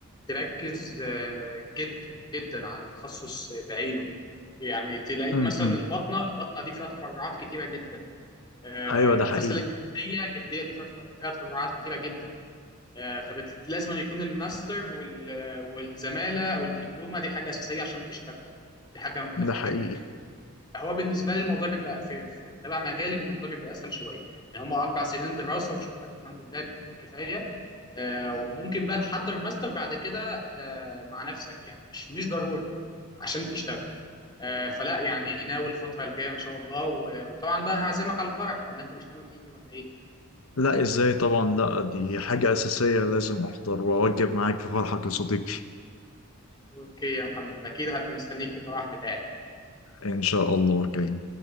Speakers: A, on the left; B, on the left.
A: تركز آه جدا جدا على تخصص بعينه يعني تلاقيك
B: امم
A: مثلا البطنة البطنة دي فيها تفرعات كتيرة جدا آه
B: ايوه ده حقيقي
A: مثلا جلدية جلدية دي فيها تف- فيها تفرعات كتيرة جدا آه فلازم يكون الماستر وال- والزمالة أو الدبلومة دي حاجة أساسية عشان تشتغل دي حاجة متفهمة
B: ده حقيقي
A: هو بالنسبه لي الموضوع بيبقى في في تبع مجالي الموضوع بيبقى اسهل شويه يعني هم اربع سنين دراسه وشكرا الحمد لله بتكون كفايه آه وممكن بقى تحضر ماستر بعد كده آه مع نفسك يعني مش مش ضروري عشان تشتغل آه فلا يعني ناوي الفتره الجايه ان شاء الله و- وطبعا بقى هعزمك على الفرح ولا انت مش ناوي تيجي ولا ايه؟
B: لا ازاي طبعا لا دي حاجة أساسية لازم أحضر وأوجب معاك في فرحك يا صديقي
A: اوكي يا محمد اكيد هبقى مستنيك في الفرح بتاعي
B: إن شاء الله جاي